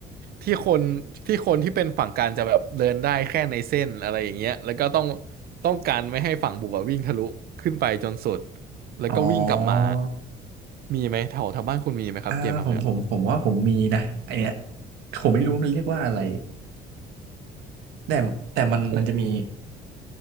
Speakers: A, on the right; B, on the right.
A: ที่คนที่คนที่เป็นฝั่งกันจะแบบเดินได้แค่ในเส้นอะไรอย่างเงี้ยแล้วก็ต้องต้องการไม่ให้ฝั่งบุกอะวิ่งทะลุขึ้นไปจนสุดแล้วก็วิ่งกลับมา
B: อ๋อ
A: มีไหมแถวแถวบ้านคุณมีไหมครับเกมแบบเนี้ย
B: อ่าผมผมผมว่าผมมีนะไอเนี้ยผมไม่รู้มันเรียกว่าอะไรแต่แต่มันมันจะมี
A: ผม